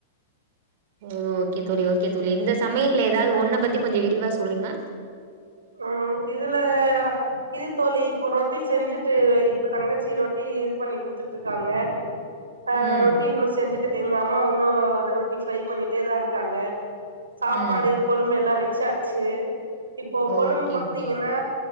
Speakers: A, on the right (about 50°); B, on the right (about 75°).
A: ஓ ஓகே தோழி ஓகே தோழி இந்த சமயல்ல எதாவது ஒன்ன பத்தி கொஞ்ச விரிவா சொல்லுங்க
B: ஆ இதுல இது தோழி இப்ப ரொட்டி செஞ்சுட்டு இப்ப தங்கச்சி ரொட்டி இது பண்ணி குடுத்துட்டு இருக்காங்க ஆ
A: ம்
B: ரொட்டி இன்னு செஞ்சு த் எங்க அம்மா ஒன்னு ரொட்டி ஃபை பண்ணிட்டேதா இருக்காங்க சாப்பாடு
A: ம்
B: கொழும்பு எல்லா வச்சா சே போ கொழம்பு
A: ஓகே
B: பாத்தீங்கன்னா
A: ஓகே